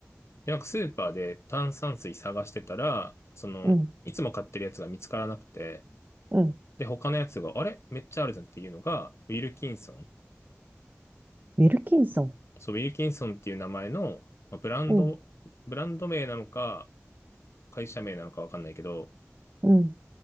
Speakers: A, on the left; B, on the right.
A: でなんかスーパーで炭酸水探してたら、その、
B: うん、
A: いつも買ってるやつが見つからなくて、
B: うん。
A: で、他のやつが、あれめっちゃあるじゃんっていうのが、ウィルキンソン。
B: ウィルキンソン。
A: そう、ウィルキンソンっていう名前の、まあブランド、
B: うん、
A: ブランド名なのか、会社名なのかわかんないけど、
B: うん。